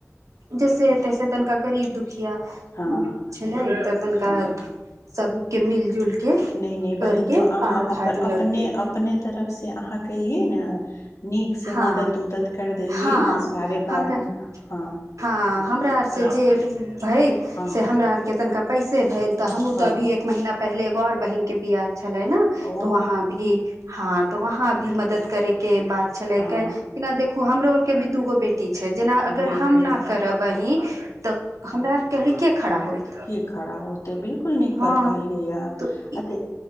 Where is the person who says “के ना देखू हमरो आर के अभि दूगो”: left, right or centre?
Right